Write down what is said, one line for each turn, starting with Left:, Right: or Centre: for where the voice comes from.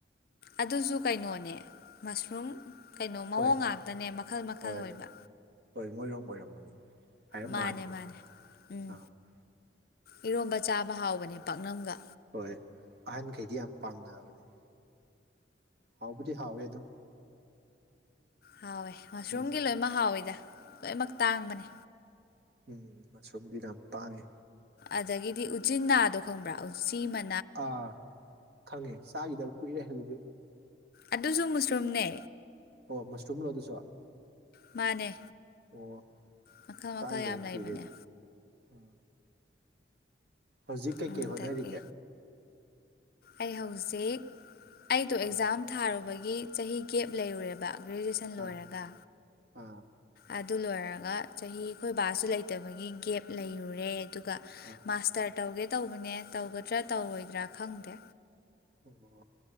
Left: ꯑꯗꯨꯖꯨ ꯀꯩꯅꯣꯅꯦ ꯃꯁꯔꯨꯝ ꯀꯩꯅꯣ ꯃꯑꯣꯡ
Right: ꯍꯣꯏ
Left: ꯉꯥꯛꯇꯅꯦ ꯃꯈꯜ ꯃꯈꯜ
Right: ꯍꯣꯏ
Left: ꯑꯣꯏꯕ
Right: ꯍꯣꯏ ꯃꯣꯏꯔꯣꯝ ꯑꯣꯏꯔꯝꯃꯅꯤ ꯍꯥꯏꯔꯞ ꯃꯥꯟꯕꯅꯦ
Left: ꯃꯥꯅꯦ ꯃꯥꯅꯦ ꯎꯝ
Right: ꯑꯥ
Left: ꯏꯔꯣꯝꯕ ꯆꯥꯕ ꯍꯥꯎꯕꯅꯦ ꯄꯥꯛꯅꯝꯒ
Right: ꯍꯣꯏ ꯑꯍꯟꯈꯩꯗꯤ ꯌꯥꯝ ꯄꯥꯝꯅꯕꯅꯤ ꯍꯥꯎꯕꯨꯗꯤ- ꯍꯥꯎꯋꯦ ꯑꯗꯨꯝ
Left: ꯍꯥꯎꯋꯦ ꯃꯁꯔꯨꯝꯒꯤ
Right: ꯎꯝ
Left: ꯂꯣꯏꯅꯃꯛ ꯍꯥꯎꯋꯤꯗ ꯂꯣꯏꯅꯃꯛ ꯇꯥꯡꯕꯅꯦ
Right: ꯎꯎꯪ ꯃꯁꯔꯨꯝꯗꯤ ꯌꯥꯝ ꯇꯥꯡꯉꯤ
Left: ꯑꯗꯒꯤꯗꯤ ꯎꯆꯤꯅꯥꯗꯣ ꯈꯪꯕ꯭ꯔꯥ ꯎꯆꯤ ꯃꯥ
Right: ꯑꯥꯑ ꯈꯪꯉꯦ ꯆꯥꯒꯤꯗꯕ ꯀꯨꯏꯔꯦ ꯑꯗꯨꯗꯤ
Left: ꯑꯗꯨꯖꯨ ꯃꯨꯁꯔꯨꯝꯅꯦ
Right: ꯑꯣ ꯃꯁꯔꯨꯝ ꯂꯣ ꯑꯗꯨꯖꯨ
Left: ꯃꯥꯅꯦ
Right: ꯑꯣꯑꯣ
Left: ꯃꯈꯜ
Right: ꯆꯥꯒꯤꯗꯕ
Left: ꯃꯈꯜ ꯌꯥꯝ
Right: ꯀꯨꯏꯔꯦ
Left: ꯂꯩꯕꯅꯦ
Right: ꯑꯗꯨꯗꯤ ꯑ ꯍꯧꯖꯤꯛ ꯀꯩꯀꯩ
Left: ꯎꯝ ꯑꯗꯒꯤ
Right: ꯍꯣꯠꯅꯔꯤꯒꯦ
Left: ꯑꯩ ꯍꯧꯖꯤꯛ ꯑꯩꯗꯣ
Right: ꯑꯥ
Left: ꯑꯦꯛꯖꯥꯝ ꯊꯥꯔꯨꯕꯒꯤ ꯆꯍꯤ ꯒꯦꯞ ꯂꯩꯔꯨꯔꯦꯕ ꯒ꯭ꯔꯦꯖꯨꯑꯦꯁꯟ ꯁꯟ ꯂꯣꯏꯔꯒ
Right: ꯑꯥ ꯑꯥ
Left: ꯑꯗꯨ ꯂꯣꯏꯔꯒ ꯆꯍꯤ ꯑꯩꯈꯣꯏ ꯕꯥꯁꯨ ꯂꯩꯇꯕꯒꯤ ꯒꯦꯞ ꯂꯩꯔꯨꯔꯦ ꯑꯗꯨꯒ ꯑꯗꯨꯒ
Right: ꯑꯥ
Left: ꯃꯥꯁꯇꯔ ꯇꯧꯒꯦ ꯇꯧꯕꯅꯦ ꯇꯧꯒꯗ꯭ꯔꯥ ꯇꯧꯔꯣꯏꯗ꯭ꯔꯥ ꯈꯪꯗꯦ
Right: ꯑꯣ